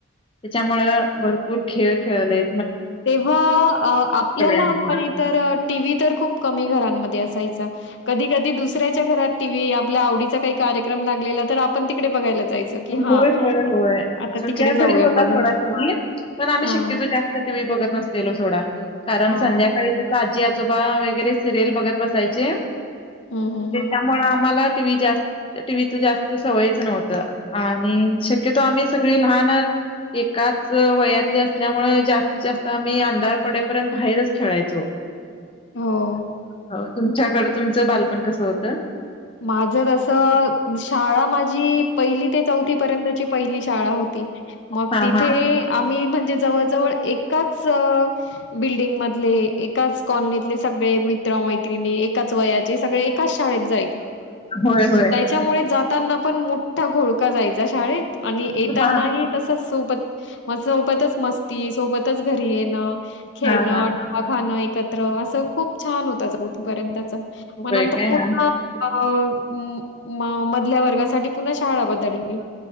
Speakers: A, on the left (about 25°); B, on the left (about 65°).
A: त्याच्यामुळ भरपूर खेळ खेळले.
B: तेव्हा आपल्या लहानपणी
A: आमचं.
B: तर टीव्ही तर खूप कमी घरांमध्ये असायचा. कधी कधी दुसऱ्याच्या घरात टीव्ही आपल्या आवडीचा काही कार्यक्रम लागलेला तर आपण तिकडे बघायला. जायचो, की हां,
A: होय होय
B: आत
A: होय
B: आता
A: आमच्या
B: तिकडे जाऊया
A: घरी होता
B: बघायला.
A: थोडा टीव्ही पण आम्ही
B: हां,
A: शक्यतो जास्त टीव्ही बघत नसतेलो सोडा कारण
B: हो.
A: संध्याकाळी जस आजी आजोबा वगेरे सिरलअल बघत बसायचे
B: हं, हं,
A: त्यामुळे
B: हं.
A: आम्हाला टीव्ही जास्त टीव्हीच जास्त सवयच नव्हत. आणि शक्यतो आम्ही सगळी लहान एकाच वयातली असल्यामुळे जास्तीत जास्त आम्ही अंधारपडेपर्यंत बाहेरच खेळायचो.
B: हो.
A: हो तुमच्याकड तुमचं बालपण कसं होतं.
B: माझ तस शाळा माझी पहिली ते चौथी पर्यंतची पहिली शाळा होती मग
A: हा
B: तिथे
A: हा
B: आम्ही म्हणजे जवळ जवळ एकाच अ बिल्डिंग मधले एकाच कॉलनीतले सगळे मित्र मैत्रिणी एकाच वयाचे सगळे एकाच शाळेत जा
A: होय होय
B: त्याच्यामुळे जाताना पण मोठा घोळका जायचा शाळेत आणि येतानाही
A: हा
B: तसच सोबत म सोबतच मस्त ती सोबतच घरी येणं खेळणं
A: हा हा
B: डबा खाणं एकत्र असं खूप छान होताच कथपर्यंतच मग
A: होय
B: नंतर
A: काय
B: मग म-म मधल्या वर्गासाठी पुन्हा शाळा बदलली